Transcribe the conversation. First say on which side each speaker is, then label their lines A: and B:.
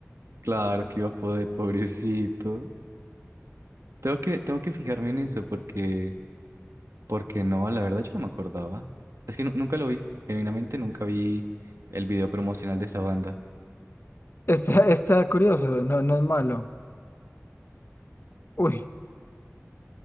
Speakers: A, on the right; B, on the left.
A: Claro que iba a poder, pobrecito. Tengo que, tengo que fijarme en eso porque, porque no, la verdad yo no me acordaba. Es que nu- nunca lo vi, genuinamente nunca vi el video promocional de esa banda.
B: Está, está curioso, no, no es malo. Uy,